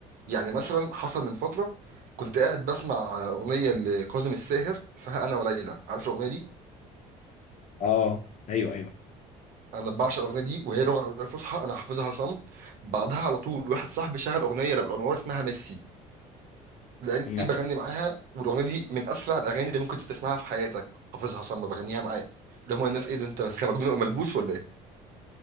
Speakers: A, on the right; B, on the left.
A: يعني مثلا حصل من فتره كنت قاعد بسمع آه، اغنيه لكاظم الساهر اسمها انا وليلى عارف الاغنيه دي
B: اه ايوه ايوه
A: انا بعشق الاغنيه دي وهي لغه عربيه فصحى انا حافظها صم بعدها على طول واحد صاحبي شغل اغنيه لابو الانوار اسمها ميسي لاني
B: لا
A: بغني معاها والاغنيه دي من اسرع الاغاني اللي ممكن تسمعها في حياتك حافظها صم بغنيها معاه اللي هم الناس ايه ده انت مجنون ملبوس ولا ايه